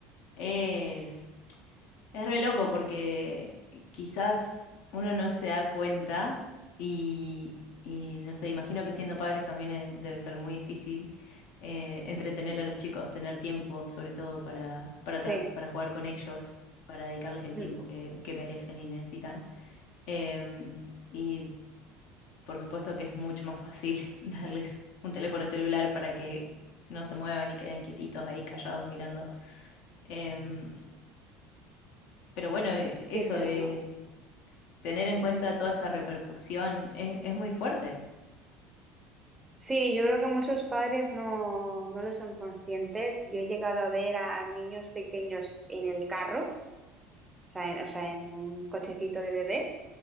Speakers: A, on the left; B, on the right.
A: Es, es re loco porque quizás uno no se da cuenta y, y no sé, imagino que siendo padres también eh, debe ser muy difícil eh, entretener a los chicos, tener tiempo sobre todo para, para,
B: Sí,
A: tra- para jugar con ellos, para dedicarles el
B: mm,
A: tiempo que, que merecen y necesitan. Eh, y por supuesto que es mucho más fácil <laughs> darles un teléfono celular para que no se muevan y queden quietitos ahí callados mirando Em, pero bueno, eh, eso
B: sí, pero
A: de
B: no.
A: tener en cuenta toda esa repercusión es, es muy fuerte.
B: Sí, yo creo que muchos padres no, no lo son conscientes. Yo he llegado a ver a niños pequeños en el carro, o sea, en, o sea, en un cochecito de bebé,